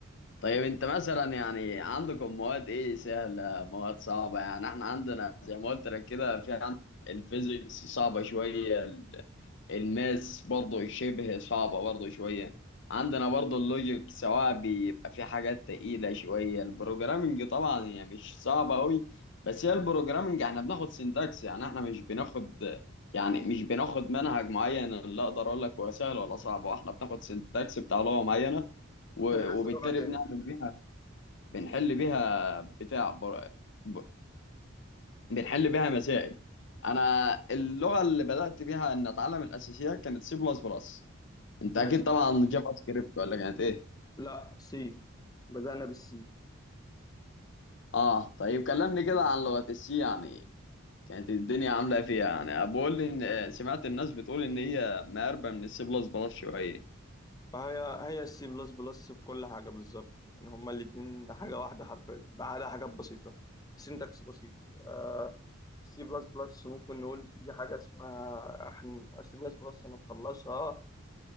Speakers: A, on the left; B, on the left.
A: طيب انت مثلا يعني عندكم مواد ايه سهلة مواد صعبة يعني احنا عندنا زي ما قلت لك كده في عندنا الفيزيكس صعبة شوية الماس برضه شبه صعبة برضه شوية عندنا برضه اللوجيك سواء بيبقى في حاجات تقيلة شوية البروجرامنج طبعا هي مش صعبة أوي بس هي البروجرامنج احنا بناخد سينتاكس يعني احنا مش بناخد يعني مش بناخد منهج معين اللي اقدر اقول لك هو سهل ولا صعب هو احنا بناخد سينتاكس بتاع لغة معينة و-
B: بتدرس
A: وبالتالي
B: لغه ايه
A: بنعمل بيها بنحل بيها بتاع بر... ب- بنحل بيها مسائل انا اللغة اللي بدأت بيها ان اتعلم الاساسيات كانت سي بلس بلس انت
B: ماشي
A: اكيد طبعا جافا سكريبت ولا كانت ايه
B: لا سي بدأنا بالسي
A: اه طيب كلمني كده عن لغة السي يعني كانت الدنيا عاملة ايه فيها يعني بقول لي ان آه، سمعت الناس بتقول ان هي مقربة من السي بلس بلس شوية
B: فهي هي السي بلس بلس في كل حاجة بالظبط يعني هما الاتنين حاجة واحدة حرفيا ما عدا حاجات بسيطة سينتاكس بسيط آه سي بلس بلس ممكن نقول في حاجة اسمها احنا سي بلس بلس أنا مخلصها